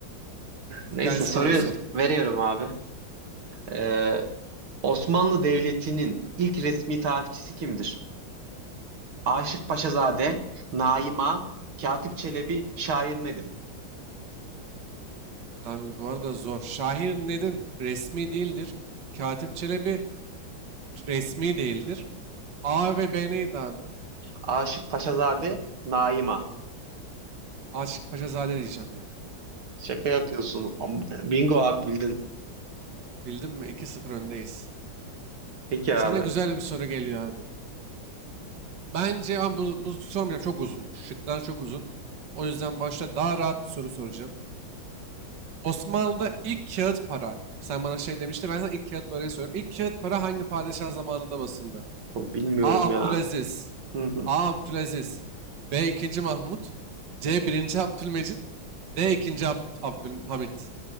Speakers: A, on the right; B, on the right.
A: <laughs>
B: Neyse
A: Gelsin
B: soruyu
A: abi soru.
B: veriyorum abi. Ee, Osmanlı Devleti'nin ilk resmi tarihçisi kimdir? Aşık Paşazade, Naima, Katip Çelebi, Şair Nedim.
A: Abi bu arada zor. Şair Nedim resmi değildir. Katip Çelebi resmi değildir. A ve B neydi abi?
B: Aşık Paşazade, Naima.
A: Aşık Paşazade diyeceğim ya.
B: Şaka yapıyorsun. Bingo abi bildin.
A: Bildin mi? 2 sıfır öndeyiz.
B: Peki
A: Sana
B: abi.
A: güzel bir soru geliyor abi. Bence ben bu, bu sormayacağım. Çok uzun. Şıklar çok uzun. O yüzden başta daha rahat bir soru soracağım. Osmanlı'da ilk kağıt para. Sen bana şey demiştin. Ben sana ilk kağıt parayı soruyorum. İlk kağıt para hangi padişah zamanında basıldı?
B: Bilmiyorum
A: A. Abdülaziz.
B: ya. Hı hı.
A: A. Abdülaziz. B. 2. Mahmut. C. Birinci Abdülmecit. D. 2. Ab Abdülhamit.